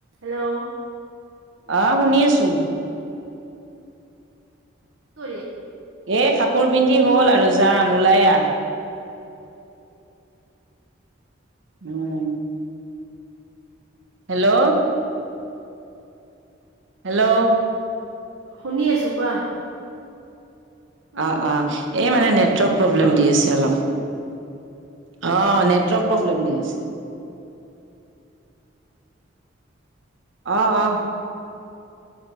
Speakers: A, on the right; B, on the right.
A: হেল্ল'
B: আহ শুনি আছো
A: কি কৰি
B: এ কাপোৰ পিন্ধি হ'ল আৰু যাম ওলাই আহ উম হেল্ল' হেল্ল'
A: শুনি আছো কোৱা,
B: অ অ এই মানে নেটৱৰ্ক প্ৰব্লেম
A: হেল্ল'
B: দি আছে অলপ। অ নেটৱৰ্ক প্ৰব্লেম দি আছে। অ অ